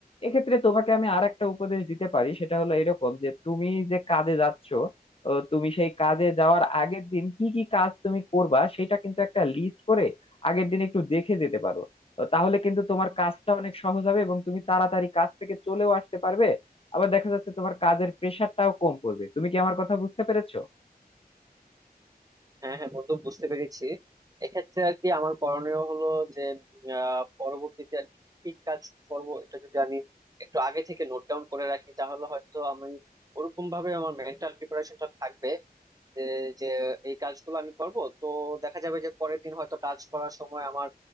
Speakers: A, on the left; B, on the right.
A: এক্ষেত্রে তোমাকে আমি আর একটা উপদেশ দিতে পারি সেটা হলো এরকম যে তুমি যে কাজে যাচ্ছ ও তুমি সেই কাজে যাওয়ার আগের দিন কি কি কাজ তুমি করবা সেটা কিন্তু একটা লিস্ট করে আগের দিন একটু দেখে যেতে পারো তো তাহলে কিন্তু তোমার কাজটা অনেক সহজ হবে এবং তুমি তাড়াতাড়ি কাজ থেকে চলেও আসতে পারবে আবার দেখা যাচ্ছে তোমার কাজের প্রেশারটাও কম পড়বে তুমি কি আমার কথা বুঝতে পেরেছো
B: হ্যাঁ হ্যাঁ বন্ধু বুঝতে পেরেছি এক্ষেত্রে আর কি আমার করণীয় হলো যে আহ, পরবর্তীতে আর কি কি কি কাজ করব এটা যদি আমি একটু আগে থেকে নোট ডাউন করে রাখি তাহলে হয়তো আমি ওরকম ভাবে আমার মেন্টাল প্রিপারেশনটা থাকবে যে যে এই কাজগুলো আমি করব তো দেখা যাবে যে পরের দিন হয়তো কাজ করার সময় আমার